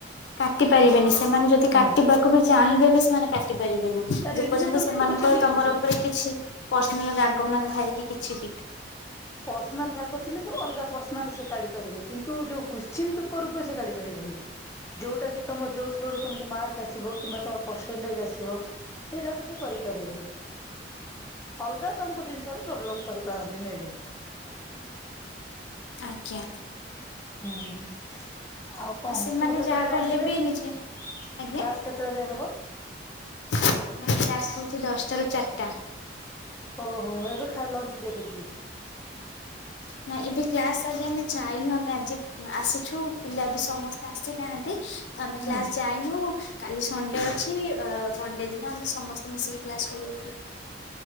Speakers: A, on the left; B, on the left.
A: କାଟି ପାରିବେନି ସେମାନେ ଯଦି
B: ହୁଁ
A: କାଟିବାକୁ ବି ଚାହିଁବେ ବି ସେମାନେ କାଟି ପାରିବେନି?
B: ପାରିବେନି
A: ଯେ ପର୍ଯ୍ୟନ୍ତ
B: ତମେ
A: ସେମାନଙ୍କ
B: କୋଉ ଠିକ ଲେଖିଛ।
A: ତମର ଉପରେ କିଛି ପର୍ସନାଲ ରାଗ ନଥାଇକି କିଛି ବି?
B: ପର୍ସନାଲ ରାଗ ଥିଲେ ତ ଅଲଗା ପର୍ସନାଲି ସେ କାଢି ପାରିବେ କିନ୍ତୁ ଯୋଉ କୋଶ୍ଚିନ୍ ପେପର ଉପରେ କାଢି ପାରିବେନି? ଯୋଉଟା କି ତମ ଯୋଉଥରେ ମାର୍କ ଆସିବ କିମ୍ବା ତମର ପରସେଣ୍ଟେଜ ଆସିବ? ସେଇଟାକୁ ସେ କରିବ? ବି ଅଲଗା ତମକୁ ଜିନିଷ ପ୍ରବ୍ଲେମ୍ କରିପାରନ୍ତି ମେ ବି
A: ଆଜ୍ଞା।
B: ହୁଁ ହୁଁ। ଆଉ କଣ
A: ହଁ ସେମାନେ
B: ତମେ କେତେଟା
A: ଯାହା
B: ଯାଏ
A: କଲେ
B: ହୁଏ
A: ବି ନିଜେ
B: କ୍ଲାସ୍
A: ଆଜ୍ଞା
B: କେତେଟା ଯାଏ ହବ?
A: ଆମର କ୍ଲାସ୍ ସଉଛି ଦଶଟା ରୁ ଚାରିଟା।
B: ଓହୋ ଏବେ ଖାଇବା ଲଞ୍ଚ ବ୍ରେକ୍ ହେଇଛି?
A: ନା ଏବେ କ୍ଲାସ୍ ଆଜି ଆମେ ଯାଇନୁ ଆମେ ଆଜି ଆସିଛୁ ପିଲା ବି ସମସ୍ତେ? ଆସି ନାହାନ୍ତି ଆମେ
B: ହୁଁ।
A: କ୍ଲାସ୍ ଯାଇନୁ? କାଲି ସଣ୍ଡେ ଅଛି ମଣ୍ଡେ ଦିନ ଆମେ ସମସ୍ତେ ମିଶିକି କ୍ଲାସ କରିବାକୁ ଯିବୁ?